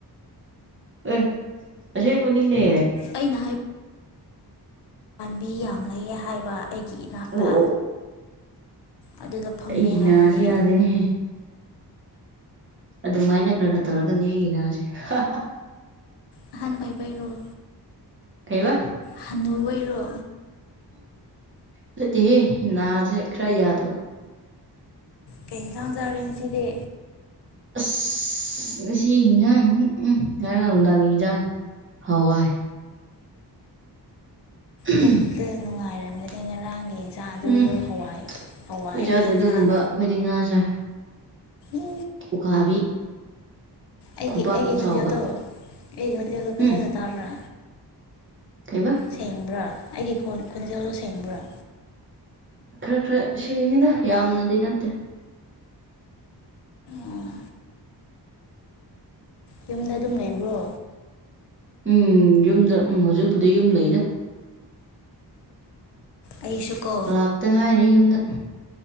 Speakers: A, on the right; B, on the left.
A: ꯑꯦ ꯑꯁꯦꯡꯕꯅꯤꯅꯦ
B: ꯑꯩꯅ ꯃꯤ ꯌꯥꯝ ꯂꯩꯌꯦ ꯍꯥꯏꯕ ꯑꯩꯒꯤ ꯏꯅꯥꯛꯇ
A: ꯑꯣ
B: ꯑꯗꯨꯗ ꯐꯝꯃꯦ
A: ꯑꯩꯒꯤ
B: ꯍꯥꯏꯕꯅꯦ
A: ꯅꯥꯁꯤ ꯌꯥꯗꯦꯅꯦ ꯑꯗꯨꯃꯥꯏꯅ ꯈꯔ ꯈꯔ ꯇꯧꯔꯒꯅꯤ ꯑꯩꯒꯤ ꯅꯥꯁꯦ ꯍꯥꯍꯥ
B: ꯑꯍꯟ ꯑꯣꯏꯕꯩꯔꯣ <unintelligible>
A: ꯀꯩꯕ
B: ꯍꯟꯅꯨꯕꯩꯔꯣ
A: ꯅꯇꯦꯍꯦ ꯅꯥꯁꯦ ꯈꯔ ꯌꯥꯗꯕ
B: ꯀꯩ ꯏꯟꯁꯥꯡ ꯆꯥꯔꯦ ꯉꯁꯤꯗꯤ
A: ꯑꯁ ꯑꯁꯤ ꯌꯦꯟꯖꯥꯡꯁꯤ ꯎꯝ ꯉꯔꯥꯡ ꯅꯨꯡꯗꯥꯡꯒꯤ ꯏꯟꯁꯥꯡ ꯍꯋꯥꯏ ꯎꯝ
B: ꯄꯨꯛꯇ ꯅꯨꯡꯉꯥꯏꯔꯝꯒꯅꯤ ꯉꯔꯥꯡꯒꯤ ꯌꯦꯟꯁꯥꯡ ꯑꯗꯨꯁꯨ
A: ꯎꯝ ꯑꯩꯈꯣꯏ
B: ꯍꯋꯥꯏ ꯍꯋꯥꯏꯒꯤ
A: ꯆꯥꯗꯦ
B: ꯌꯦꯟꯁꯥꯡ
A: ꯑꯗꯨꯒꯨꯝꯕ ꯑꯩꯈꯣꯏꯗꯤ ꯉꯥꯥ ꯆꯥꯏ
B: ꯎ
A: ꯎꯀꯥꯕꯤ
B: ꯑꯩꯒꯤ
A: ꯈꯨꯕꯥꯛꯃꯨꯛ
B: ꯑꯩꯒꯤ
A: ꯆꯥꯎꯕ
B: ꯈꯣꯟꯖꯦꯜꯗꯣ ꯑꯩꯒꯤ ꯈꯣꯟꯖꯦꯜꯗꯣ
A: ꯎꯝ
B: ꯐꯖꯅ ꯇꯥꯕ꯭ꯔꯥ
A: ꯀꯩꯕ
B: ꯁꯦꯝꯕ꯭ꯔꯥ ꯑꯩꯒꯤ ꯈꯣꯟꯖꯦꯜꯗꯣ ꯁꯦꯡꯕ꯭ꯔꯥ
A: ꯈꯔ ꯈꯔ ꯁꯦꯡꯉꯤꯗ ꯌꯥꯝꯅꯗꯤ ꯅꯠꯇꯦ
B: ꯑꯣ ꯌꯨꯝꯗ ꯑꯗꯨꯝ ꯂꯩꯕ꯭ꯔꯣ
A: ꯎꯝ ꯌꯨꯝꯗ ꯎꯝ ꯍꯧꯖꯤꯛꯄꯨꯗꯤ ꯌꯨꯝꯗ ꯂꯩꯗꯥ
B: ꯑꯩꯁꯨ ꯀꯣ
A: ꯂꯥꯛꯇ ꯉꯥꯏꯔꯤ ꯌꯨꯝꯗ